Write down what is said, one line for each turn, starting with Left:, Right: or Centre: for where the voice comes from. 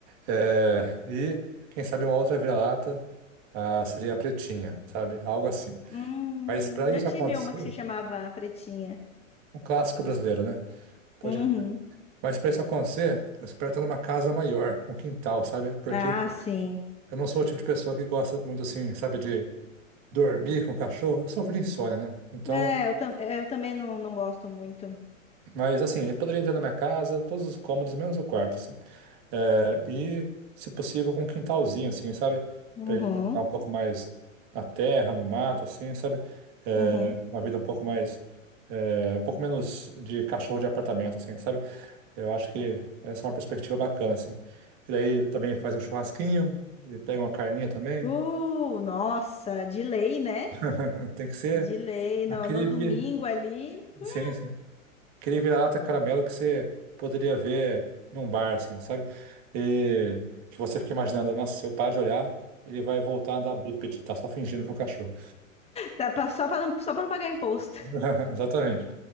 Right: É, e quem sabe uma outra vira-lata ah, seria a Pretinha, sabe? Algo assim.
Left: Hum,
Right: Mas para isso
Left: eu tive
Right: acontecer,
Left: uma que se chamava Pretinha.
Right: é um clássico brasileiro, né? Pode.
Left: Uhum.
Right: Mas para isso acontecer, eu espero estar numa casa maior, um quintal, sabe? Porque
Left: Ah, sim.
Right: eu não sou o tipo de pessoa que gosta muito assim, sabe, de dormir com o cachorro. Eu sofro de insônia, né? Então,
Left: É, eu, tam- é, eu também não, não gosto muito.
Right: mas assim, ele poderia entrar na minha casa, todos os cômodos, menos o quarto, assim. É, e, se possível, com um quintalzinho, assim, sabe?
Left: Uhum,
Right: Para ele ficar um pouco mais na terra, no mato, assim, sabe? É,
Left: uhum.
Right: uma vida um pouco mais. é, um pouco menos de cachorro de apartamento, assim, sabe? Eu acho que essa é uma perspectiva bacana, assim. E daí também faz um churrasquinho, e pega uma carninha também.
Left: Uh, nossa, de lei, né?
Right: <laughs> Tem que ser
Left: De lei, no,
Right: aquele,
Left: no domingo
Right: vi-
Left: ali. Hum,
Right: sim, sim. Aquele vira-lata caramelo que você poderia ver num bar, assim, sabe? E que você fica imaginando, nossa, se eu parar de olhar, ele vai voltar a andar bípede, tá só fingindo que é um cachorro.
Left: Tá, pra- só pra não, só pra não pagar imposto.
Right: <laughs> Exatamente.